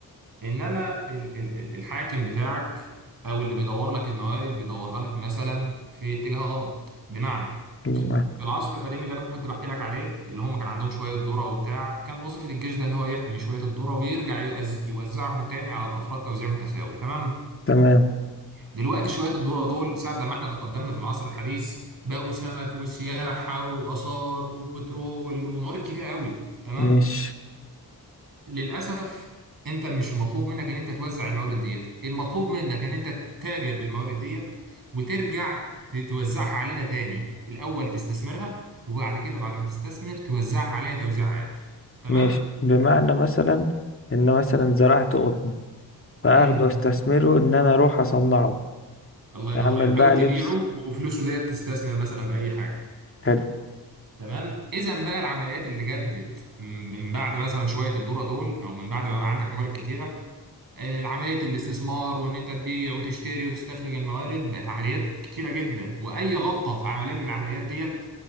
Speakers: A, on the right (about 60°); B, on the left (about 35°).
A: انما ال ال ال- الحاكم بتاعك او اللي بيدور لك الموارد بيدورها لك مثلا في اتجاه غلط بمعنى
B: بمعنى-
A: العصر القديم اللي انا كنت بحكي لك عليه اللي هم كان عندهم شويه ذره وبتاع كان وظيفه الجيش ده ان هو يحمي شويه الذره ويرجع يوز- يوزعهم تاني على الافراد توزيع متساوي تمام
B: تمام
A: دلوقتي شويه الذره دول ساعه لما احنا تقدمنا في العصر الحديث بقوا سمك وسياحه واثار وبترول وموارد كتيره قوي تمام
B: ماشي
A: للاسف انت مش المطلوب منك ان انت توزع الموارد ديت المطلوب منك ان انت تتاجر بالموارد ديت وترجع ت- توزعها علينا تاني الاول تستثمرها وبعد كده بعد ما تستثمر توزعها علينا توزيع عادل تمام
B: ماشي بمعنى مثلا ان مثلا زرعت قطن فاخده
A: امم
B: واستثمره ان انا اروح اصنعه
A: الله ينور
B: اعمل
A: عليك
B: بقى
A: او تبيعه
B: لبس
A: وفلوسه ديت تستثمر مثلا باي حاجه
B: حلو
A: تمام اذا بقى العمليات اللي جدت م- من بعد مثلا شويه الذره دول او من بعد ما بقى عندك موارد كتيره عملية الاستثمار وإن أنت تبيع وتشتري وتستخرج الموارد بقت عمليات كتيرة جدا وأي غلطة في عملية من العمليات ديت